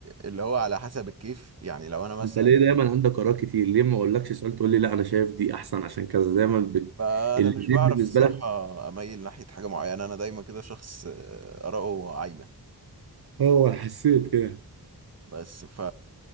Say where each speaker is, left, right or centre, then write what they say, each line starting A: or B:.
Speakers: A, on the right (about 40°); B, on the right (about 70°).
A: اللي هو على حسب الكيف يعني لو أنا مثلا
B: انت ليه دايما عندك اراء كتير ليه ما اقولكش سؤال تقول لي لا انا شايف دي احسن عشان كذا دايما بت...
A: فأنا
B: الاتنين
A: مش بعرف
B: بالنسبه
A: الصراحة
B: لك
A: أميل ناحية حاجة معينة أنا دايما كده شخص آه، آراءه عايمة
B: اه حسيت كده
A: بس ف